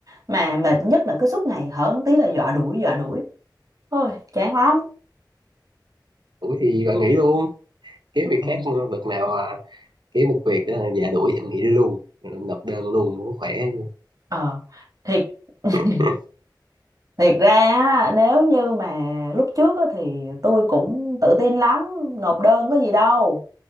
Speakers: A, on the right; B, on the right.
A: mà mệt nhất là cứ suốt ngày hở một tí là dọa đuổi dọa đuổi ôi chán lắm
B: đuổi thì bạn nghỉ luôn kiếm việc
A: Ừ.
B: khác mà, việc nào à, kiếm được việc à, dạ đuổi em nghỉ luôn nộp đơn luôn cũng khỏe chứ.
A: ờ thiệt <laughs>
B: <laughs>
A: Thiệt ra á, nếu như mà lúc trước á, thì tôi cũng tự tin lắm, nộp đơn có gì đâu.